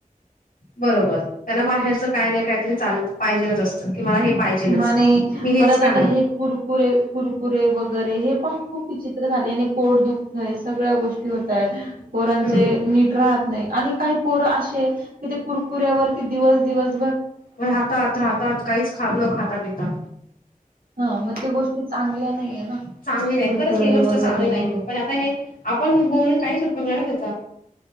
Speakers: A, on the left; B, on the right.
A: बरोबर त्यांना बाहेरच काय नाही कायतरी चाल पाहिजेच असतं की मला हे पाहिजेलच.
B: आणि
A: मी हेच
B: परत
A: खाणार
B: आता हे कुरकुरे कुरकुरे वगैरे हे पण खूप विचित्र झाले आणि पोट दुखतय सगळ्या गोष्टी होतायत पोरांचे
A: हम्म
B: नीट राहत नाही आणि काही पोर असे तिथे कुरकुऱ्यावरती दिवस दिवस
A: पण राहतात काहीच न खात पिता
B: हा मग ते गोष्टी चांगल्या नाहीये ना
A: चांगली नाही
B: कुरकुरे
A: खरंच ही गोष्ट
B: वगैरे
A: चांगली नाहीये पण आता हे आपण बोलून काहीच उपयोग नाही ना का